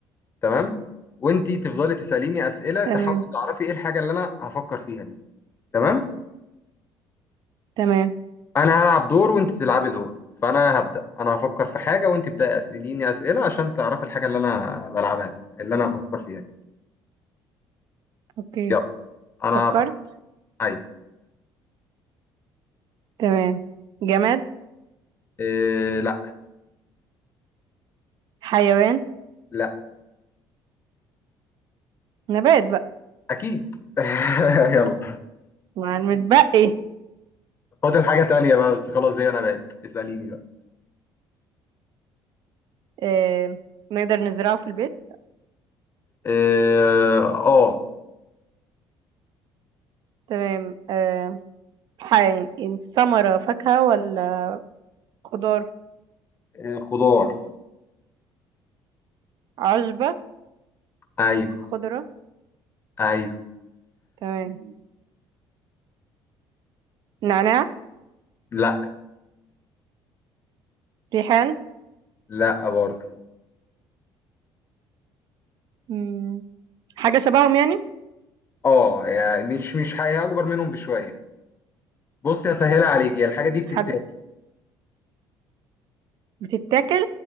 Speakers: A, on the left (about 25°); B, on the right (about 55°).
A: تمام؟ وأنتي تفضلي تسأليني أسئلة تحاولي
B: تمام
A: تعرفي ايه الحاجة اللي أنا هفكر فيها دي تمام؟
B: تمام
A: أنا هلعب دور وأنت تلعبي دور فأنا هبدأ أنا هفكر في حاجة وأنت تبدأي أسأليني أسئلة عشان تعرفي الحاجة اللي أنا بلعبها دي اللي أنا بفكر فيها
B: اوكي
A: يلا انا
B: فكرت
A: ف... اي
B: تمام جماد
A: إيه لا
B: حيوان
A: لا
B: نبات بقى
A: اكيد <laughs> يلا
B: مع المتبقي
A: فاضل حاجة تانية بقى بس خلاص زي انا بقت اسأليني بقى
B: آه. نقدر نزرعه في البيت
A: إيه، اه
B: تمام آه. حي... ثمرة فاكهة ولا خضار
A: إيه، خضار
B: عشبة
A: ايوه
B: خضرة
A: ايوه
B: تمام نعناع
A: لا
B: ريحان
A: لا برضه
B: مم. حاجة شبههم يعني
A: اه يعني مش مش حاجة اكبر منهم بشوية بص يا سهلة عليك هي الحاجة دي بتتاكل
B: حاجة بتتاكل